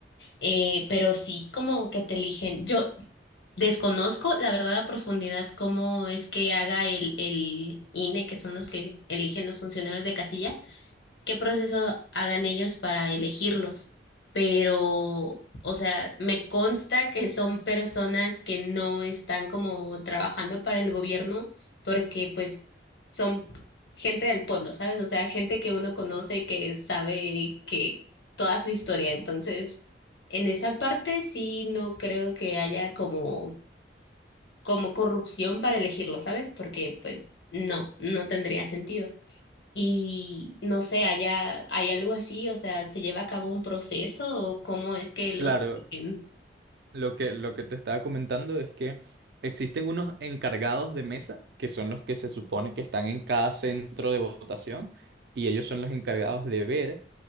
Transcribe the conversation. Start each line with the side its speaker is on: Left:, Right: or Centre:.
Left: Eh, pero sí, como que te eligen. Yo desconozco, la verdad, a profundidad cómo es que haga el, el INE, que son los que eligen los funcionarios de casilla qué proceso hagan ellos para elegirlos, pero, o sea, me consta que son personas que no están como trabajando para el gobierno porque pues son gente del pueblo, ¿sabes? O sea, gente que uno conoce y que sabe que toda su historia. Entonces, en esa parte sí no creo que haya como, como corrupción para elegirlo, ¿sabes? Porque pues no, no tendría sentido. Y no sé, allá hay algo así, o sea, ¿se lleva a cabo un proceso o cómo es que los...
Right: claro,
Left: piquen?
Right: lo que, lo que te estaba comentando es que existen unos encargados de mesa, que son los que se supone que están en cada centro de votación, y ellos son los encargados de ver